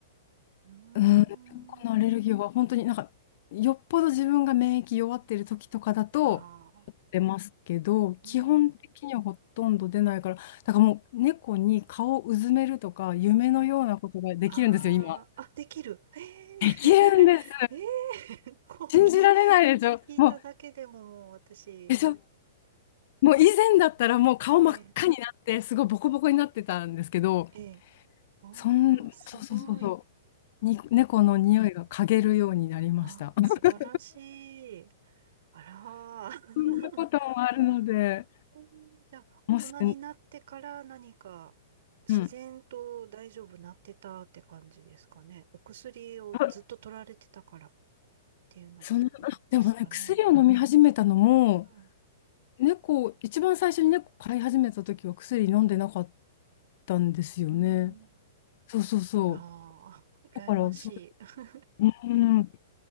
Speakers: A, on the right (about 50°); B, on the left (about 45°).
A: うー
B: うん、このアレルギーは本当になんかよっぽど自分が免疫弱ってる時とかだと
A: ん。ああ、
B: 出ますけど基本的にはほとんど出ないからだからもう猫に顔をうずめるとか夢のようなことができるんですよ今。
A: うん。ああ、あ、できる。ええ
B: できるんです
A: <laughs> ええこう聞い、
B: 信じられないでしょもう
A: 聞いただけでももう私、
B: でしょもう以前だったらもう顔真っ赤になってすごいボコボコになってたんですけど
A: ええええああ、
B: そんそうそうそうそ
A: すごい。
B: うに猫の匂いが嗅げるようになりました。
A: あ素晴らし
B: <laughs>
A: い。あらー。
B: そんなこともあるので。
A: <laughs> うんじゃあ、大人になってから何か自然と大丈夫なってたって感じですかね。
B: もし、うん。
A: お薬をずっと取られてたからっ
B: あ、
A: ていうの
B: その、<laughs> でもね、
A: ですかね。
B: 薬を飲み始めたのも、
A: うん。
B: 猫、一番最初に猫飼い始めた時は薬飲んでなかったんですよね。
A: うん
B: そうそうそう。
A: ああ、<laughs> 羨ましい。
B: だから、そう、うん。